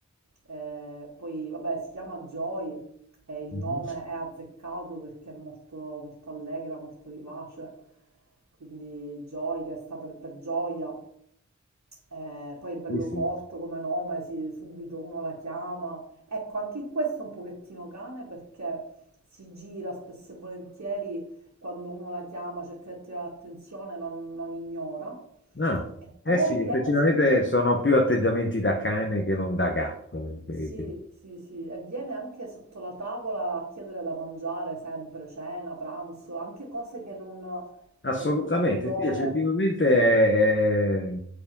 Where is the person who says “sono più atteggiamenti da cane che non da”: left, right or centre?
Left